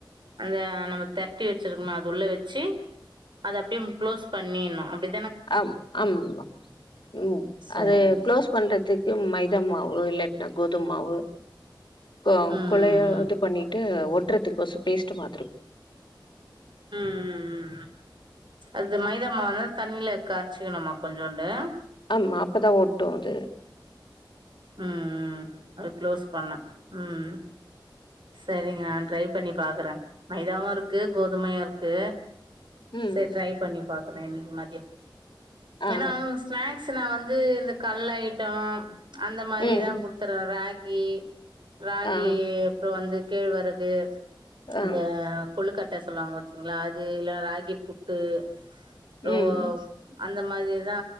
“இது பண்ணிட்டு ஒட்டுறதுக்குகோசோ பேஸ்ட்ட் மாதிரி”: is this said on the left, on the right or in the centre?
Left